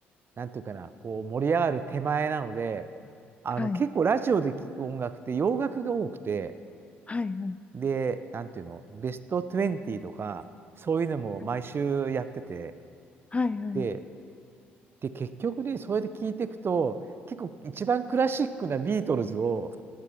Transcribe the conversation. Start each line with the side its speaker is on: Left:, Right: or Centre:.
Right: う、なんていうかな、こう盛り上がる手前なので、あの結構ラジオで聞く音楽って洋楽が多くて、
Left: はい、はい、はい、
Right: で、なんていうの、ベスト20とか、そういうのも毎週やってて、
Left: はい、はい、はい、はい。
Right: で、で、結局ね、そうやって聞いていくと、結構一番クラシックなビートルズを、